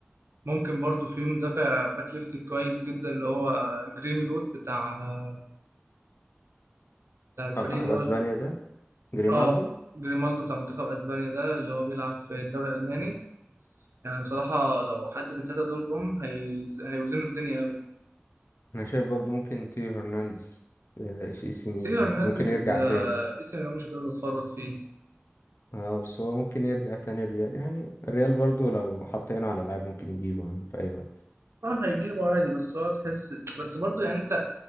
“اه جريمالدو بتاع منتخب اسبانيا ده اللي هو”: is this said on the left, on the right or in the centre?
Right